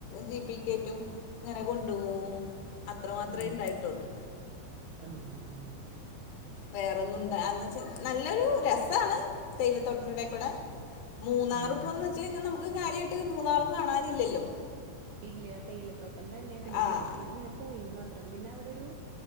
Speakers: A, on the left (about 70°); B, on the right (about 80°).
A: ജീപ്പിക്കേറ്റും ഇങ്ങനെ കൊണ്ടുപോവും. അത്ര മാത്രേ
B: ഉം
A: ഇണ്ടായിട്ടുള്ളൂ
B: ആഹ്
A: വേറൊന്നുണ്ട് അന്ന് വെച്ചാ നല്ലൊരു രസാണ് തേയിലത്തോട്ടത്തിന്റിടേകൂടെ. മൂന്നാർ
B: ആഹ്
A: പോവാന്ന് വെച്ച് കഴിഞ്ഞാ നമുക്ക് കാര്യമായിട്ട് മൂന്നാറും കാണാനില്ലല്ലോ
B: ഇല്ല തേയിലത്തോട്ടം തന്നെ പിന്നെ
A: ആഹ്
B: വെറുതെ ഇങ്ങനെ പോയിന്ന് മാത്രം പിന്നെ അവിടൊരു